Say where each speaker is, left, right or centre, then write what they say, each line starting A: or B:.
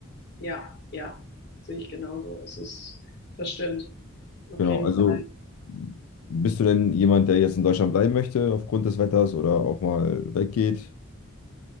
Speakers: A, on the left; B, on the left.
A: ja, ja, sehe ich genauso. Es ist, das stimmt, auf
B: Genau,
A: jeden
B: also
A: Fall.
B: bist du denn jemand, der jetzt in Deutschland bleiben möchte aufgrund des Wetters oder auch mal weggeht?